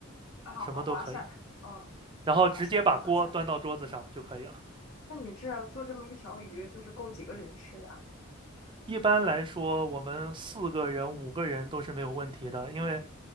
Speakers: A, on the left; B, on the right.
A: 啊好好划算，
B: 什么都可以，
A: 嗯，
B: 然后直接把锅端到桌子上就可以了。
A: 好划算，好划算。那你这做这么一条鱼，就是够几个人吃呀？
B: 一般来说，我们四个人、五个人都是没有问题的，因为，